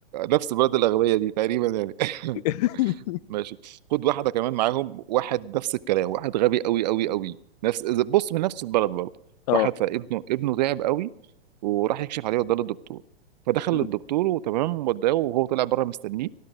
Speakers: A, on the right; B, on the left.
A: نفس البلد الأغبية دي تقريبا يعني <laughs>
B: <laughs>
A: ماشي خد واحده كمان معاهم واحد نفس الكلام واحد غبي قوي قوي قوي نفس إذا- بص من نفس البلد برضه
B: اه
A: واحد فابنه ابنه تعب قوي وراح يكشف عليه وده للدكتور فدخل
B: م-
A: للدكتور وتمام وداه وهو طلع بره مستنيه